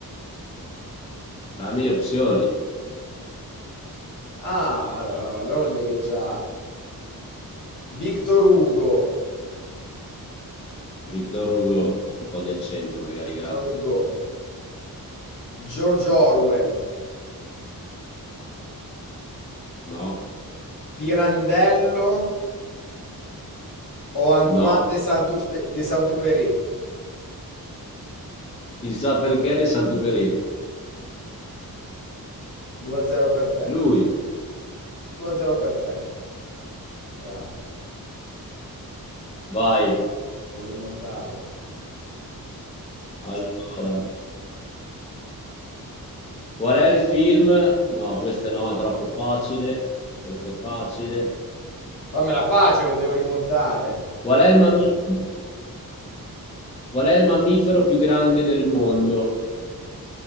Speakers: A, on the left; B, on the left.
A: Dammi le opzioni.
B: Ah, allora, allora vuol dire che già Victor Hugo.
A: Victor Hugo, un po' di accento magari,
B: Victor
A: grazie.
B: Hugo. George Orwell,
A: No,
B: Pirandello o Antoine
A: no.
B: de Saint-Exupé- de Saint-Exupéry?
A: Chissà perché De Santuperi.
B: 2-0 per te.
A: Lui.
B: 2-0 per te. Bravo.
A: Vai.
B: Devo rimontare.
A: Allora, qual è il film? No, questa no, è troppo facile. Questa è facile.
B: Fammela facile che devo rimontare.
A: Qual è il mammifero? Qual è il mammifero più grande del mondo?